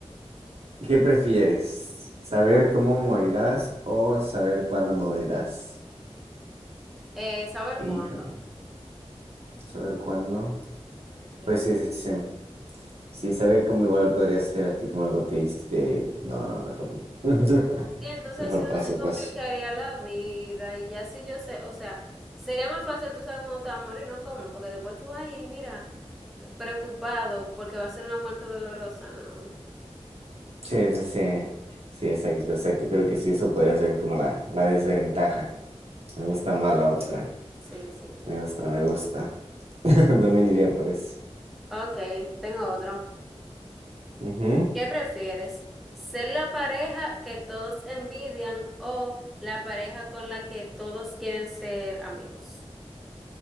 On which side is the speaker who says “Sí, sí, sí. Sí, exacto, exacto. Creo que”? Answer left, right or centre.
Right